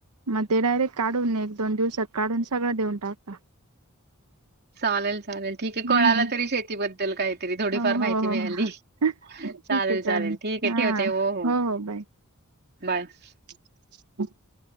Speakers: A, on the right; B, on the right.
A: मग ते डायरेक्ट काढून एक दोन दिवसात काढून सगळं देऊन टाकता.
B: चालेल चालेल ठीक
A: हम्म
B: आहे कळालं तरी शेतीबद्दल काय तरी थोडीफार
A: हम्म
B: माहिती
A: हो हो
B: मिळाली
A: हो
B: चालेल
A: ठीक आहे
B: चालेल ठीक आहे
A: हा
B: ठेवते हो हो
A: बाय
B: बास
A: <unintelligible>